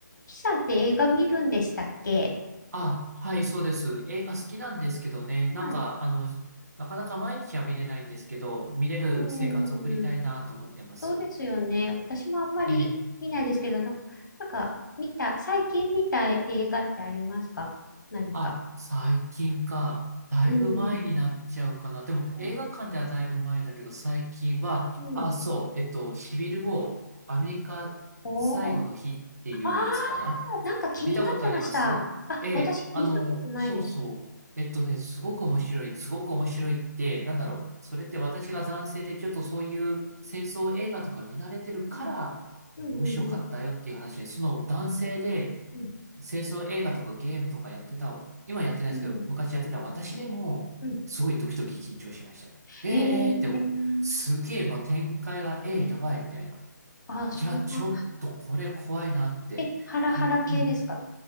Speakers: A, on the left; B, on the right.
A: キさんって映画見るんでしたっけ
B: あ、はい、そうです。映画好きなんですけどね、なんか、
A: はい。
B: あの、なかなか毎日は見れないんですけど、見れる生活を送りたいなと思ってます。
A: うん、そうですよね。私もあんまり見ないですけど、
B: ええ。
A: な、なんか見た、最近見た映画ってありますか何か。
B: あ、最近か。だいぶ前になっちゃうかな。
A: うん。
B: でも、
A: お、
B: 映画館ではだいぶ前だけど、最近は、
A: うん。
B: あ、そう、えっと、シビルウォー、アメリカ最後の日っていうやつかな。
A: おお、ああー、なんか気になってました。
B: 見たことありますええ、
A: あ、私見たことないです。
B: あの、そうそう。えっとね、すごく面白い、すごく面白いって、なんだろう。それって私が男性でちょっとそういう戦争映画とか見慣れてるから面白かったよっていう話で、
A: うん。うんうんうん。
B: その男性で
A: うん、
B: 戦争映画とかゲームとかやってた、今やってないですけど、
A: うん
B: 昔やってた私でも、
A: うん。
B: すごいドキドキ緊張しました。ええ、
A: えー、
B: ええって思う。すげえ、もう展開が、ええ、やばいみたいな。
A: あ、そんな、
B: いや、ちょっとこれ怖いなって。
A: え、ハラハラ系ですか
B: で、うん。